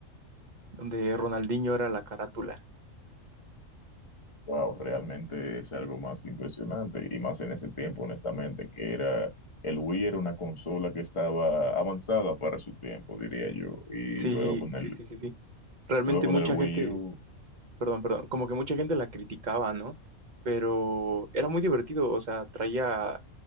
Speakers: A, on the right (about 45°); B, on the left (about 30°).
A: donde Ronaldinho era la carátula.
B: Wow, realmente es algo más que impresionante y más en ese tiempo, honestamente, que era el Wii era una consola que estaba avanzada para su tiempo, diría yo, y
A: Sí,
B: luego con
A: sí,
B: el
A: sí, sí, sí. Realmente
B: luego con
A: mucha
B: el Wii
A: gente,
B: U,
A: perdón, perdón, como que mucha gente la criticaba, ¿no? Pero era muy divertido, o sea, traía